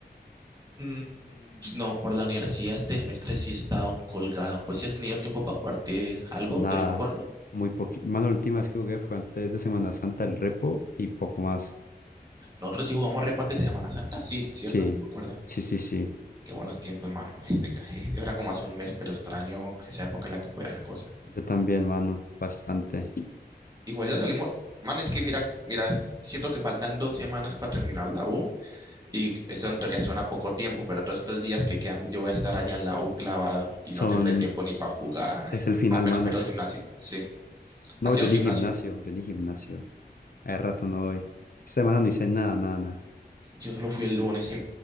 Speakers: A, on the right; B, on the left.
A: Mm, no, por la universidad este semestre sí he estado colgado. Pues si has tenido tiempo para jugarte algo
B: nada,
A: de vez en cuando.
B: muy poquito. Mano, la última vez que jugué fue antes de Semana Santa, el repo y poco más.
A: Nosotros sí jugamos repo antes de Semana Santa, sí, ¿cierto?
B: Sí,
A: No me acuerdo.
B: sí, sí, sí.
A: Qué buenos tiempos, hermano. Este, <laughs> era como hace un mes, pero extraño esa época en la que podía hacer cosas.
B: Yo también, mano, bastante.
A: Igual ya salimos. Man, es que mira, mira esto. Siento que faltan dos semanas para terminar la U Y eso en teoría suena poco tiempo, pero todos estos días que quedan, yo voy a estar allá en la U clavado y
B: Son,
A: no tendré tiempo ni para jugar.
B: es el final,
A: Apenas
B: mano.
A: para ir al gimnasio. Sí.
B: No,
A: ¿Has
B: yo
A: ido al
B: ni
A: gimnasio?
B: gimnasio, yo ni gimnasio. Hace rato no voy. Esta semana no hice nada, nada, nada.
A: Yo solo fui el lunes y